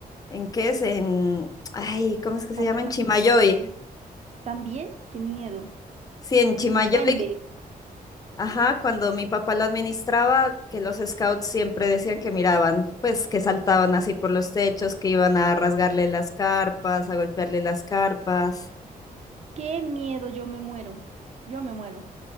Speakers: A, on the left (about 25°); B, on the right (about 45°).
A: ¿en qué es? En, ay, ¿cómo es que
B: para
A: se llama?
B: allá,
A: En
B: para
A: Chimayoy.
B: clima caliente. También, qué miedo.
A: Sí, en Chimayoy,
B: Y el duende,
A: ajá, cuando mi papá lo administraba, que los scouts siempre decían que miraban, pues que saltaban así por los techos, que iban a rasgarle las carpas, a golpearle las carpas.
B: qué miedo, yo me muero. Yo me muero.